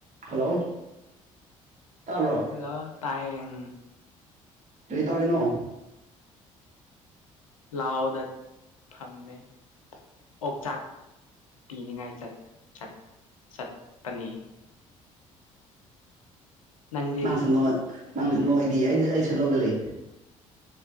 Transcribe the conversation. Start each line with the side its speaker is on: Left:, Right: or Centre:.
Right: hello ꯇꯥꯕ꯭ꯔꯣ
Left: hello ꯇꯥꯏꯌꯦ ꯎꯝ
Right: ꯀꯔꯤ ꯇꯧꯔꯤꯅꯣ
Left: ꯂꯥꯎꯗ ꯊꯝꯃꯦ ꯑꯣꯛꯆꯥꯛ ꯄꯤꯅꯤꯡꯉꯥꯏ ꯆꯠ ꯆꯠ ꯆꯠ ꯄꯅꯤ ꯅꯪꯗꯤ
Right: ꯅꯪ ꯁꯟꯍꯣꯠ ꯅꯪ ꯅꯣꯏ ꯑꯩꯗꯤ ꯑꯩ ꯑꯩꯁꯨ ꯂꯧꯗ ꯂꯩ